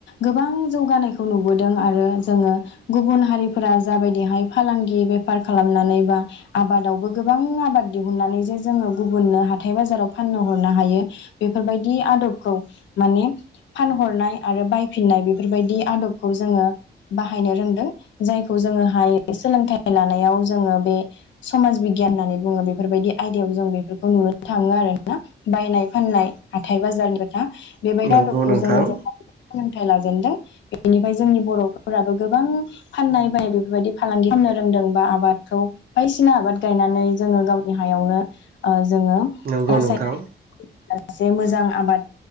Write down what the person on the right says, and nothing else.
नंगौ
नोंथां
नंगौ
नोंथां